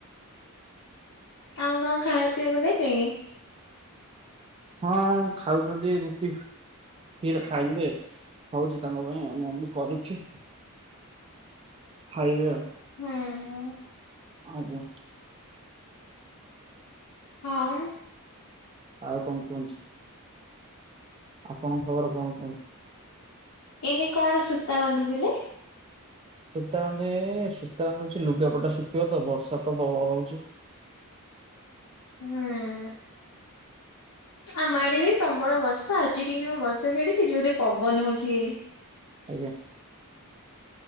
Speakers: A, on the left; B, on the right.
A: ଆଉ କଣ ଖାଇବା ପିଇବାକୁ ଦେଇଲେଣି?
B: ହଁ ଖାଉଛନ୍ତି ରୁଟି। କ୍ଷୀର ଖାଇବେ ହଉଛି ତାଙ୍କ ପାଇଁଉ ମୁଁ ଏତି କରୁଛି। ଖାଇବେ ଆଉ।
A: ହୁଁ ହୁଁ।
B: ଆଜ୍ଞା।
A: ଆଉ
B: ଆଉ କଣ କୁହନ୍ତୁ? ଆପଣଙ୍କ ଖବର କଣ କୁହ?
A: ଏନ କଣ ସୂତା ବାନ୍ଧୁଥିଲେ।
B: ସୂତା ଆନ୍ଧ ସୂତା ଆନ୍ଧୁଛି ଲୁଗାପଟା ଶୁଖିବ ତ ବର୍ଷା ତ ହଉଛି।
A: ହୁଁ। ଆମଆଡେ ବି ପ୍ରବଳ ବର୍ଷା ଆଜି ଟିକ ବର୍ଷା ଛାଡିଛି ଯୋଉଠରେ ପବନ ହଉଛି ହେଲି।
B: ଆଜ୍ଞା।